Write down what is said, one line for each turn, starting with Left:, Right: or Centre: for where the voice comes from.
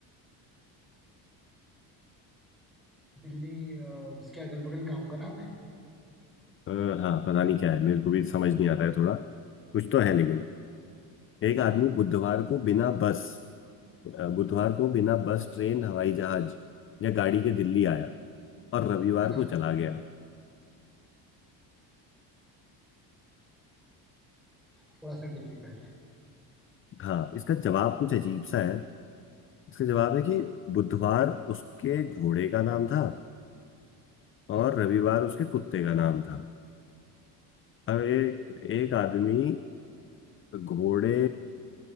Centre: दिल्ली अ, उसके अगल बगल गांव का नाम है
Left: अ, हाँ पता नहीं क्या है मेरे को भी समझ नहीं आ रहा है थोड़ा कुछ तो है लेकिन एक आदमी बुधवार को बिना बस अ, बुधवार को बिना बस ट्रेन हवाई जहाज या गाड़ी के दिल्ली आया और रविवार
Centre: हाँ
Left: को चला गया
Centre: थोड़ा सा डिफिकल्ट है
Left: हाँ इसका जवाब कुछ अजीब सा है इसका जवाब है कि बुधवार उसके घोड़े का नाम था
Centre: हाँ
Left: और रविवार उसके कुत्ते का नाम था अब एक एक आदमी घोड़े